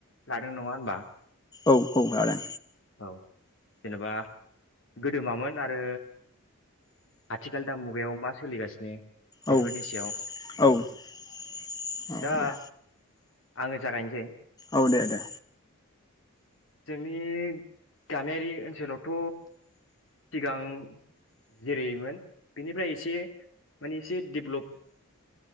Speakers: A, on the left (about 60°); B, on the left (about 20°).
A: लादों नङा होनबा
B: औ औ लादों
A: औ जेनेबा गोदो मामोन आरो आथिखाल दा मुगायाव मा सोलिगासिनो बेफोरनि
B: औ औ
A: सायाव उम
B: औ अ
A: दा
B: दे
A: आङो जागायनोसै
B: औ दे दे
A: जोंनि गामियारि ओनसोलावथ सिगां जेरैमोन बेनिफ्राय एसे माने एसे डेभ्लप